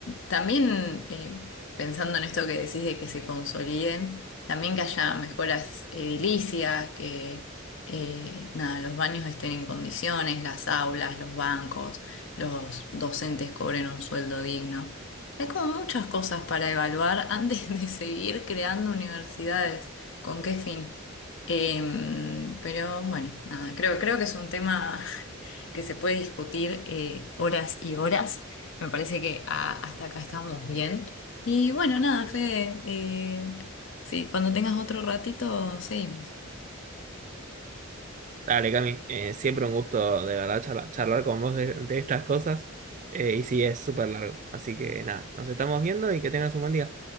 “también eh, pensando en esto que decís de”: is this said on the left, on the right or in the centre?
Left